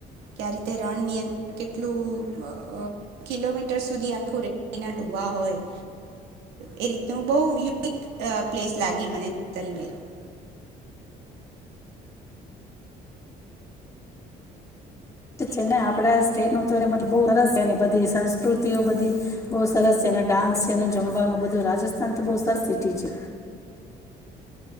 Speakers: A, on the right (about 85°); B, on the left (about 20°).
A: કે આ રીતે રણ ની અંદર કેટલું કિલોમીટર સુધી આખું રેતીના કુવા હોય એ રીતનું બોવ યુનિક પ્લેસ લાગી મને જ તલમેર
B: તો છે ને આપણા સ્ટેટનું તો મતલબ બોવ સરસ છે, એની બધી સંસ્કૃતિઓ બધી બોવ સરસ છે, એને ડાન્સ છેને, એનું જમવાનું બધું રાજસ્થાન તો બોવ સરસ સિટી છે.